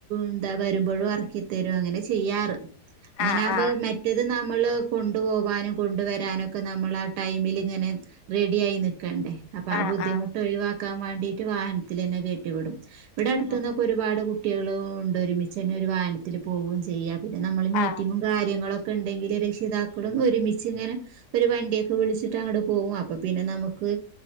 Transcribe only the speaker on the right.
എന്താ വരുമ്പോഴും എറക്കിത്തരും അങ്ങനെ ചെയ്യാറ്. അങ്ങനെ
ആകുമ്പോ
മെറ്റത് ന്നാ നമ്മള് കൊണ്ടു പോവാനും കൊണ്ടുവരാനൊക്കെ നമ്മൾ ആ ടൈമിലിങ്ങനെ റെഡി ആയി നിക്ക് നിക്കണ്ടേ. അപ്പൊ
ആ ബുദ്ധിമുട്ട്
ഒഴിവാക്കാൻ വാണ്ടീട്ട് വാഹനത്തിലന്നെ കെറ്റി വിടും ഇവിടെ അടുത്തുന്നൊക്കെ
ഒരുപാട് കുട്ടികൾ ഉണ്ട് ഒരുമിച്ചന്നെ ഒരു വാഹനത്തില് പോവേം ചെയ്യാം പിന്നെ നമ്മള് മീറ്റിങ്ങും
കാര്യങ്ങളൊക്കെ ഇണ്ടെങ്കിൽ രക്ഷിതാക്കളും ഒരുമിച്ച് - മിച്ചിങ്ങനെ ഒരു വണ്ടിയൊക്കെ വിളിച്ചിട്ട് അങ്ങട് പോവും. അപ്പ പിന്നെ നമുക്ക്